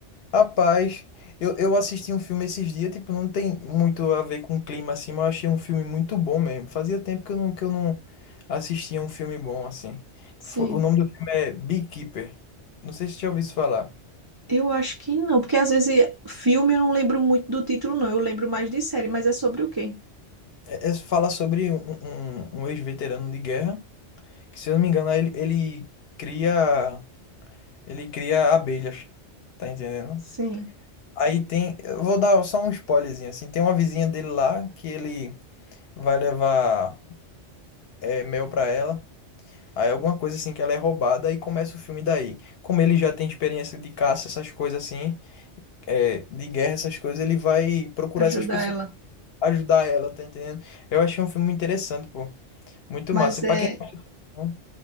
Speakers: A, on the left; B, on the right.
A: Rapaz, eu, eu assisti um filme esses dias, tipo, não tem muito a ver com clima assim, mas eu achei um filme muito bom mesmo. Fazia tempo que eu não, que eu não assistia um filme bom assim.
B: Sim.
A: Foi, o nome do filme é Beekeeper. Não sei se você já ouviu isso falar.
B: Eu acho que não, porque às vezes filme eu não lembro muito do título, não. Eu lembro mais de série, mas é sobre o quê?
A: É, é- fala sobre um, um- um um ex-veterano de guerra, que se eu não me engano, ele, ele cria, ele cria abelhas, tá entendendo?
B: Sim.
A: Aí tem, eu vou dar só um spoilerzinho assim, tem uma vizinha dele lá que ele vai levar eh, mel pra ela. Aí alguma coisa assim que ela é roubada e começa o filme daí. Como ele já tem experiência de caça, essas coisas assim, é, de guerra, essas coisas, ele vai procurar
B: Ajudar
A: essas pessoas,
B: ela.
A: ajudar ela, tá entendendo? Eu achei um filme interessante, pô. Muito
B: Mas
A: massa. E
B: é,
A: pra quem. Não,